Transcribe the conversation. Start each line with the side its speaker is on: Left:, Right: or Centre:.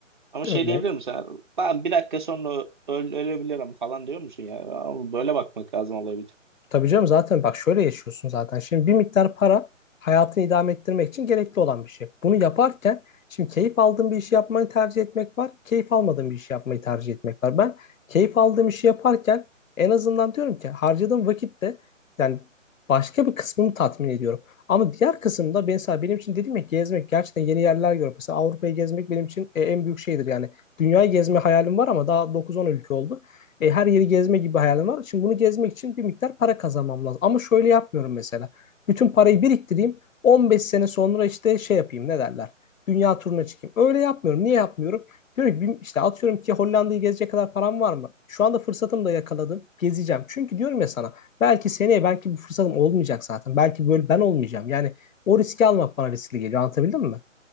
Right: Ama şey
Left: Evet.
Right: diyebilir misin? Ben bir dakika sonra öl- ölebilirim falan diyor musun ya? Abi Böyle bakmak lazım olaya bir tık.
Left: Tabii canım zaten bak şöyle yaşıyorsun zaten. Şimdi bir miktar para hayatını idame ettirmek için gerekli olan bir şey. Bunu yaparken şimdi keyif aldığın bir işi yapmayı tercih etmek var. Keyif almadığın bir işi yapmayı tercih etmek var. Ben keyif aldığım işi yaparken en azından diyorum ki harcadığım vakitte yani başka bir kısmını tatmin ediyorum. Ama diğer kısımda mesela benim için dedim ya gezmek gerçekten yeni yerler görmek. Mesela Avrupa'yı gezmek benim için e, en büyük şeydir yani. Dünyayı gezme hayalim var ama daha 9-10 ülke oldu. E, her yeri gezme gibi hayalim var. Şimdi bunu gezmek için bir miktar para kazanmam lazım. Ama şöyle yapmıyorum mesela. Bütün parayı biriktireyim. 15 sene sonra işte şey yapayım ne derler. Dünya turuna çıkayım. Öyle yapmıyorum. Niye yapmıyorum? Diyorum ki işte atıyorum ki Hollanda'yı gezecek kadar param var mı? Şu anda fırsatımı da yakaladım. Gezeceğim. Çünkü diyorum ya sana belki seneye belki bu fırsatım olmayacak zaten. Belki böyle ben olmayacağım. Yani o riski almak bana riskli geliyor. Anlatabildim mi?